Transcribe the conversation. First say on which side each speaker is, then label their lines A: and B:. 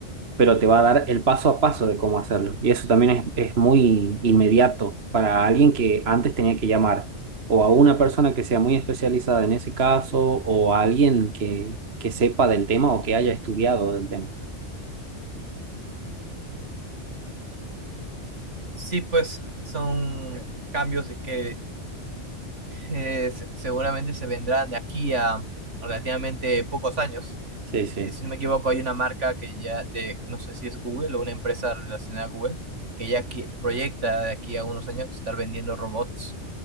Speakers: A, on the right; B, on the right.
A: pero te va a dar el paso a paso de cómo hacerlo. Y eso también es, es muy inmediato para alguien que antes tenía que llamar o a una persona que sea muy especializada en ese caso o a alguien que, que sepa del tema o que haya estudiado del tema.
B: Sí, pues son cambios de que eh, se- seguramente se vendrán de aquí a relativamente pocos años
A: Sí, sí,
B: eh, si no me equivoco, hay una marca que ya, de, no sé si es Google o una empresa relacionada a Google, que ya qui- proyecta de aquí a unos años estar vendiendo robots